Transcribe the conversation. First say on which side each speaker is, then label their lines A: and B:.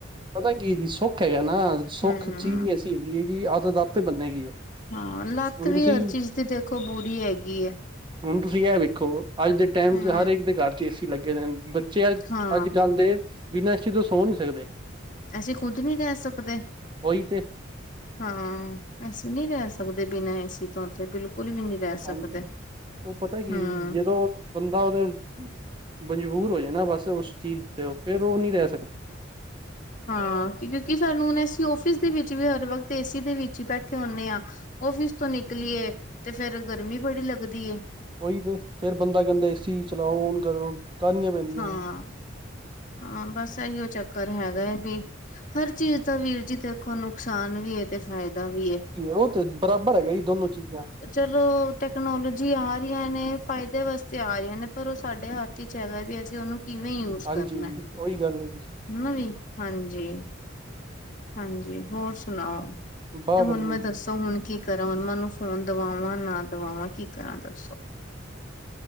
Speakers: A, on the right; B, on the left.
A: ਪਤਾ ਕੀ ਜੀ ਸੁੱਖ ਹੈਗਾ ਨਾ, ਸੁੱਖ
B: ਹਮ
A: ਚੀਜ਼ ਐਸੀ ਹੈਗੀ ਹੈਗੀ ਆਦਤ ਆਪ ਤੇ ਬੰਨੇਗੀ ਉਹ।
B: ਹਾਂ ਲੱਤ
A: ਹੁਣ
B: ਵੀ,
A: ਤੁਸੀਂ
B: ਹਰ ਚੀਜ਼ ਦੀ, ਦੇਖੋ ਬੁਰੀ ਹੈਗੀ ਹੈ।
A: ਹੁਣ ਤੁਸੀਂ, ਇਹ ਵੇਖੋ ਅੱਜ ਦੇ ਟਾਈਮ
B: ਹਮ
A: ਚ ਹਰੇਕ ਦੇ, ਘਰ ਚ ਏ ਸੀ ਲੱਗੇ ਨੇ। ਬੱਚੇ
B: ਹਾਂ
A: ਅੱਜ ਕੱਲ੍ਹ ਦੇ, ਬਿਨਾਂ ਏਸੀ ਤੋਂ ਸੋਂ ਨਹੀਂ ਸਕਦੇ।
B: ਅਸੀਂ ਖੁੱਦ ਨਹੀਂ ਰਹਿ ਸਕਦੇ
A: ਉਹੀ ਤੇ
B: ਹਾਂ, ਅਸੀਂ ਨੀ ਰਹਿ ਸਕਦੇ। ਸਕਦੇ ਬਿਨਾਂ ਏਸੀ ਤੋਂ, ਤੇ ਬਿਲਕੁਲ ਵੀ ਨਹੀਂ ਰਹਿ
A: ਹਾਂਜੀ
B: ਸਕਦੇ,
A: ਉਹ ਪਤਾ ਕੀ
B: ਹੂੰ।
A: ਜਦੋਂ ਬੰਦਾ ਉਹਦੇ ਮਜਬੂਰ ਹੋ ਜਾਂਦਾ ਨਾ ਬਸ ਉਸ ਚੀਜ਼ ਤੇ, ਉਹ ਫੇਰ ਉਹ ਨਹੀਂ ਰਹਿ ਸਕਦਾ।
B: ਹਾਂ, ਕਿਉਂਕਿ ਸਾਨੂੰ ਹੁਣ ਅਸੀਂ ਔਫਿਸ ਦੇ ਵਿੱਚ ਵੀ ਹਰ ਵਕਤ ਏਸੀ ਦੇ ਵਿੱਚ ਈ ਬੈਠੇ ਹੁੰਨੇ ਆ। ਓਫਿਸ ਤੋਂ ਨਿਕਲੀਏ, ਤੇ ਫੇਰ ਗਰਮੀ ਬੜੀ ਲੱਗਦੀ ਏ।
A: ਓਈ ਤੇ, ਫੇਰ ਬੰਦਾ ਕਹਿੰਦਾ ਏਸੀ ਚਲਾਓ, ਕਾਲੀਆਂ ਪੈਂਦੀਆਂ।
B: ਹਾਂ ਹਾਂ, ਬਸ ਐਈਓ ਚੱਕਰ ਹੈ ਗਾ ਹੈ ਵੀ, ਹਰ ਚੀਜ਼ ਦਾ ਵੀਰ ਜੀ ਦੇਖੋ, ਨੁਕਸਾਨ ਵੀ ਏ ਤੇ ਫਾਇਦਾ ਵੀ ਏ।
A: ਓ ਤੇ, ਬਰਾਬਰ ਹੈਗਾ ਜੀ ਦੋਨੋ ਚੀਜ਼ਾਂ।
B: ਚਲੋ ਟੈਕਨੋਲੋਜੀ ਆ ਰਹੀਆਂ ਨੇ, ਫਾਇਦੇ ਵਾਸਤੇ ਆ ਰਹੀਆਂ ਨੇ, ਪਰ ਉਹ ਸਾਡੇ ਹੱਥ ਚਾਈਦਾ ਵੀ, ਅਸੀਂ ਉਹਨੂੰ ਕਿਵੇਂ ਯੂਜ
A: ਹਾਂਜੀ
B: ਕਰਨੈ?
A: ਉਹੀ ਗੱਲ ਹੈ ਜੀ
B: ਹਨਾ ਵੀ, ਹਾਂਜੀ। ਹਾਂਜੀ, ਹੋਰ ਸੁਣਾਓ?
A: ਬਹੁਤ
B: ਤੇ
A: ਵਧੀਆ
B: ਹੁਣ, ਮੈਂ
A: ਜੀ
B: ਦੱਸੋ ਹੁਣ ਕੀ ਕਰਾਂ, ਹਨਮਨ ਨੂੰ ਫੋਨ ਦਵਾਵਾਂ, ਨਾ ਦਵਾਵਾਂ ਕੀ ਕਰਾਂ ਦੱਸੋ?